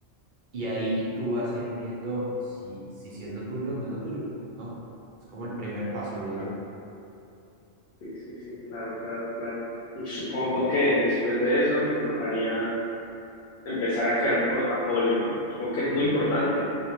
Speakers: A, on the right; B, on the left.
A: y ahí tú vas a ir viendo si, si, si es lo tuyo o no es lo tuyo, ¿no? Es como el primer paso, diría
B: claro,
A: yo.
B: sí, sí, sí, claro, claro, claro. Y supongo
A: Va.
B: que después de eso me tocaría empezar a crear un portafolio, ¿no? Supongo que es muy
A: Mm,
B: importante